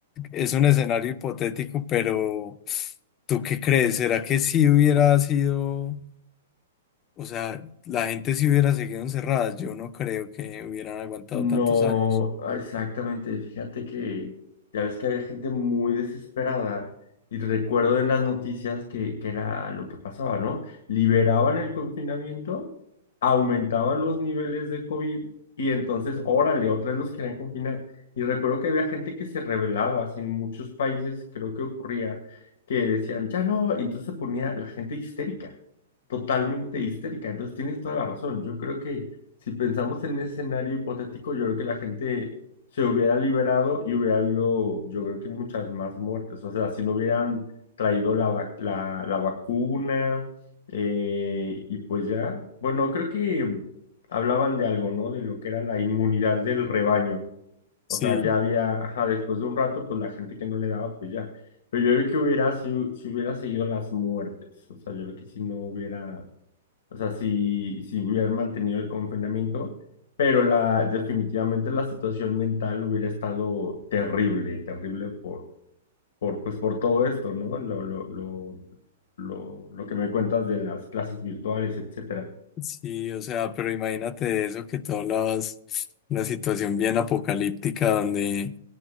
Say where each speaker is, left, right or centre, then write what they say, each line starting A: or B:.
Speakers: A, on the left; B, on the left.
A: es un escenario hipotético, pero ¿tú qué crees? ¿Será que si hubiera sido, o sea, la gente si hubiera seguido encerrada? Yo no creo que hubieran aguantado
B: No,
A: tantos años.
B: ah, exactamente. Fíjate que ya ves que había gente muy desesperada y recuerdo en las noticias que, que era lo que pasaba, ¿no? Liberaban el confinamiento, aumentaban los niveles de COVID y entonces, órale, otra vez los querían confinar. Y recuerdo que había gente que se rebelaba, así en muchos países creo que ocurría, que decían, ya no, y entonces se ponía la gente histérica, totalmente histérica. Entonces tienes toda la razón. Yo creo que si pensamos en ese escenario hipotético, yo creo que la gente se hubiera liberado y hubiera habido, yo creo que muchas más muertes. O sea, si no hubieran traído la, vac- la, la vacuna eh, y pues ya, bueno, creo que hablaban de algo, ¿no? De lo que era la inmunidad del rebaño.
A: Sí.
B: O sea, ya había, ajá, después de un rato, pues la gente que no le daba, pues ya. Pero yo creo que hubiera, si, si hubiera seguido las muertes, o sea, yo creo que si no hubiera o sea, si, si hubieran mantenido el confinamiento, pero la, definitivamente la situación mental hubiera estado terrible, terrible por, por, pues por todo esto, ¿no? Lo, lo, lo, lo, lo que me cuentas de las clases virtuales, etcétera.
A: Sí, o sea, pero imagínate eso que tú hablabas, una situación bien apocalíptica donde